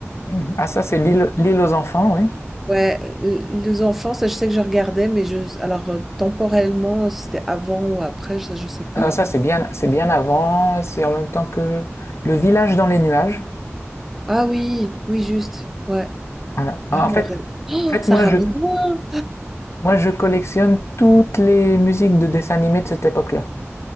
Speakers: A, on the left; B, in the centre.
A: Mhm. Ah, ça, c'est l'île, l'île aux enfants, oui.
B: Ouais, l les enfants, ça je sais que je regardais, mais je alors, heu, temporellement, si c'était avant ou après, ça je sais pas.
A: Ah, ça, c'est bien, c'est bien avant. C'est en même temps que le village dans les nuages.
B: Ah oui, oui juste, ouais.
A: Voilà. Ah,
B: Ah
A: En
B: ouais,
A: fait,
B: Oh,
A: en fait,
B: ça
A: moi,
B: ramène
A: je,
B: loin!
A: moi, je collectionne toutes les musiques de dessins animés de cette époque-là.